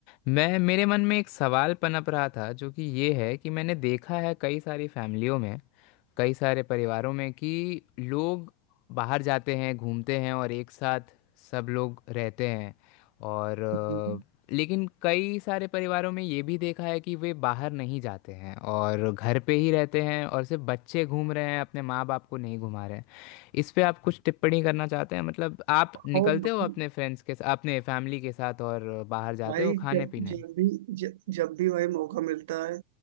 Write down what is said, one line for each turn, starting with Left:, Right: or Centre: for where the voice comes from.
Left: मैं मेरे मन में एक सवाल पनप रहा था जो कि ये है कि मैंने देखा है कई सारी फैमिलियों में कई सारे परिवारों में कि लोग बाहर जाते हैं घूमते हैं और एक साथ सब लोग रहते हैं और
Right: हम्म।
Left: लेकिन कई सारे परिवारों में ये भी देखा है कि वे बाहर नहीं जाते हैं और घर पे ही रहते हैं और सिर्फ बच्चे घूम रहे हैं अपने माँ बाप को नहीं घुमा रहे हैं इस पे आप कुछ टिप्पणी करना चाहते हैं मतलब आप निकलते
Right: और भाई
Left: हो अपने फ्रेंड्स के साथ अपने फैमिली के साथ और बाहर जाते
Right: भाई
Left: हो खाने
Right: जब
Left: पीने
Right: जब भी जब जब भी भाई मौका मिलता है